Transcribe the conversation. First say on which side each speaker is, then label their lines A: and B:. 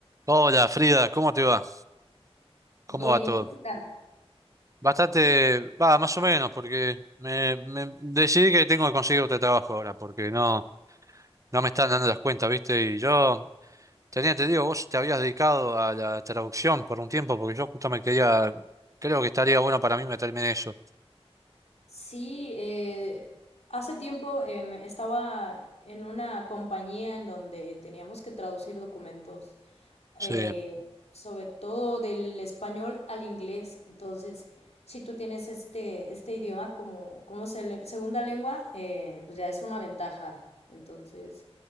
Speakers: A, on the right (about 30°); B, on the left (about 85°).
A: Hola Frida, ¿cómo te va? ¿Cómo
B: Bien,
A: va todo?
B: ¿y tú qué tal?
A: Bastante, va, más o menos, porque me, me decidí que tengo que conseguir otro trabajo ahora, porque no, no me están dando las cuentas, ¿viste? Y yo tenía, te digo, vos te habías dedicado a la traducción por un tiempo, porque yo justo me quería, creo que estaría bueno para mí meterme en eso.
B: Sí, eh, hace tiempo em, estaba en una compañía en donde teníamos que traducir documentos
A: Sí,
B: eh, sobre todo del español al inglés. Entonces, si tú tienes este, este idioma como, como se le- segunda lengua, eh, pues ya es una ventaja. Entonces,